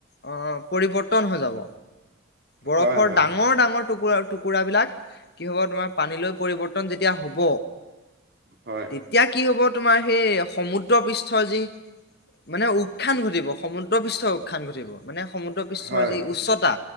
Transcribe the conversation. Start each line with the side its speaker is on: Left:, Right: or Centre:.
Left: অ পৰিবৰ্তন হৈ যাব। বৰফৰ
Right: হয় হয়
Left: ডাঙৰ ডাঙৰ টুকুৰা টুকুৰা বিলাক কি হব তোমাৰ পানীলৈ পৰিৱৰ্তন যেতিয়া হব,
Right: হয়
Left: তেতিয়া কি হ'ব। তোমাৰ সেই সমুদ্ৰ পৃষ্ঠ যি মানে উ উৎখান ঘটিব সমুদ্ৰ বিশ্বৰ উখান ঘটিব। মানে সমুদ্ৰ পৃষ্ঠৰ
Right: হয়
Left: যি উচ্চতা,